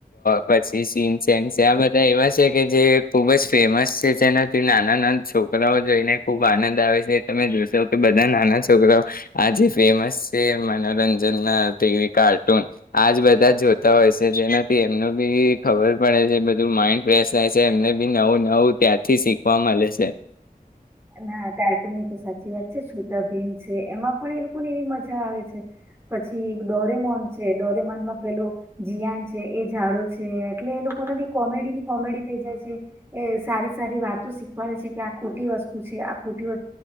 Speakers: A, on the left; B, on the right.
A: પછી સીસ છે આ બધા એવા છે કે જે ખુબ જ ફેમસ છે જેનાથી નાના નાના છોકરાઓ જોઈને ખુબ આનંદ આવે છે. તમે જોશો કે બધા નાના છોકરા આજે ફેમસ છે, મનોરંજન નાવી કાર્ટૂન આજ બધા જોતા હોય છે, જેનાથી એમનું બી ખબર પડે છે બધું માઈન્ડ ફેશ થાય છે. એમને બી નવું નવું ત્યાંથી શીખવા મળે છે.
B: ના કાર્ટૂન ની તો સાચી વાત છે છોટા ભીમ છે એમાં પણ એ લોકોને એવી મજા આવે છે પછી ડોરેમોન છે ડોરેમોનમાં પેલો જિયાન છે એ ઝડો છે એટલે એ લોકોને બી કોમેડી ની કોમેડી થઈ જાય છે, એ સારી સારી વાતો શીખવાડે છે કે આ ખોટી વસ્તુ ખો